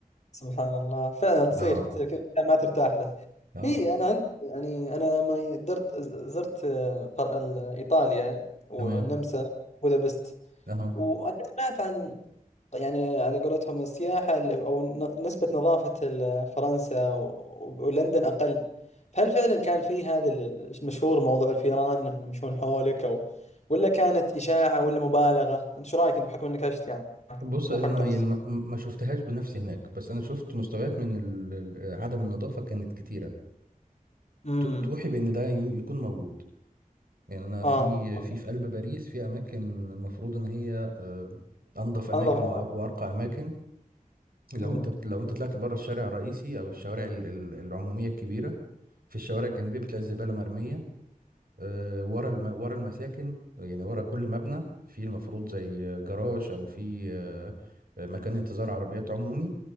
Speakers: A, on the left (about 50°); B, on the right (about 80°).
A: سبحان الله فعلا تصير
B: اه
A: تصير كذا مكان ما ترتاح له
B: اه
A: هي انا عندي يعني انا لما درت زرت آه، قر- ال- ايطاليا والنمسا
B: تمام
A: بودابست
B: اه
A: وانا سمعت عن يعني على قولتهم السياحه ال- او ن- نسبه نظافه ال- فرنسا و- ولندن اقل فهل فعلا كان في هذا ال- المشهور موضوع الفيران انهم يمشون حولك او ولا كانت اشاعه ولا مبالغه انت شو رايك انت بحكم انك عشت يعني
B: بص
A: مو
B: انا
A: حتى بس
B: يعني ما ما شفتهاش بنفسي هناك بس انا شفت مستويات من ال- ال- عدم النظافة كانت كتيرة
A: امم
B: تو- توحي بان ده يو- يكون موجود يعني انا
A: اه
B: في في في قلب باريس في اماكن المفروض ان هي آه، انظف اماكن
A: انظف
B: وأ- وارقى اماكن لو
A: مم.
B: انت لو انت طلعت بره الشارع الرئيسي او الشوارع ال- ال- العموميه الكبيره في الشوارع الجانبيه بتلاقي الزباله مرميه آه، ورا الم... ورا المساكن يعني ورا كل مبنى في المفروض زي جراج او في آه، آه، مكان انتظار عربيات عمومي